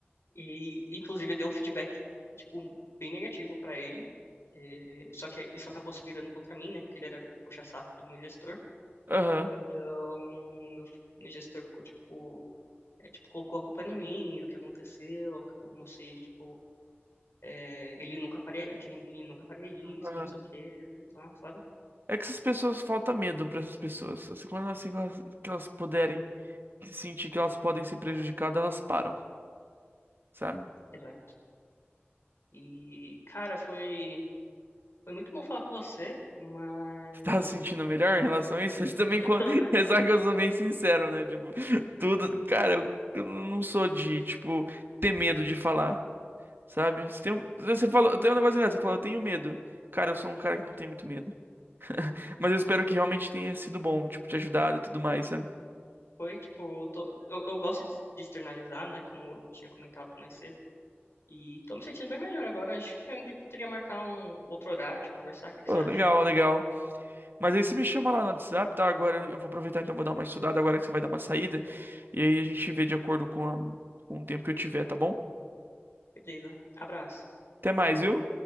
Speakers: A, on the left; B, on the right.
A: E, inclusive, eu dei um feedback, tipo, bem negativo pra ele. É, só que isso acabou se virando contra mim, né? Porque ele era puxa-saco do meu gestor.
B: <laughs> Aham.
A: Então, meu, meu gestor ficou, tipo, É, tipo, colocou a culpa em mim, do que aconteceu, como se, tipo, é, ele nunca faria, aquele menino nunca faria isso,
B: Aham.
A: não sei o quê, lá, sabe?
B: É que essas pessoas falta medo pra essas pessoas. Assim, quando elas, assim, que elas, que elas puderem se sentir que elas podem ser prejudicadas, elas param, sabe?
A: Exato. E, cara, foi, foi muito bom falar com você, mas
B: tá se sentindo melhor em relação a isso? <laughs> Também
A: eu
B: quando.
A: tô,
B: Apesar que eu sou bem sincero, né? Tipo, tudo. Cara, eu, eu não sou de, tipo, ter medo de falar, sabe? Se tem um- Você falou, tem um negócio engraçado, você falou, eu tenho medo. Cara, eu sou um cara que não tem muito medo. Mas eu espero que realmente tenha sido bom, tipo, te ajudado e tudo mais, sabe?
A: foi, tipo, eu tô, eu, eu gosto de de externalizar, né, como eu tinha comentado mais cedo, e tô me sentindo bem melhor agora, acho que a gente poderia marcar um outro horário de conversar, o que que
B: Pô,
A: você acha?
B: legal, legal. Mas aí você me chama lá no WhatsApp, tá? Agora eu vou aproveitar, então vou dar uma estudada agora que você vai dar uma saída. E aí a gente vê de acordo com, a- com o tempo que eu tiver, tá bom?
A: Beleza, abraço.
B: Até mais, viu?